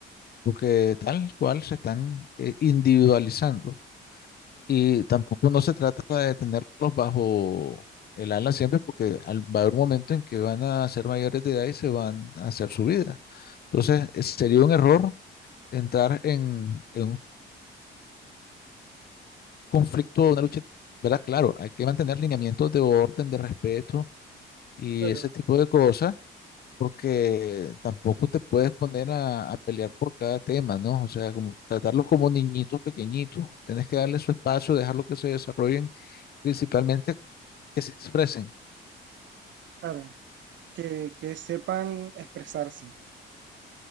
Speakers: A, on the left; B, on the right.
A: porque tal cual se están eh, individualizando. Y tampoco no se trata de tenerlos bajo el ala siempre, porque al- va a haber un momento en que van a ser mayores de edad y se van a hacer su vida. Entonces, eh, sería un error entrar en, en un conflicto, una lucha, ¿verdad? Claro, hay que mantener lineamientos de orden, de respeto y
B: Claro,
A: ese tipo de cosas, porque tampoco te puedes poner a, a pelear por cada tema, ¿no? O sea, como tratarlos como niñitos pequeñitos, tienes que darles su espacio, dejarlos que se desarrollen, principalmente que se expresen,
B: claro. Que, que sepan expresarse.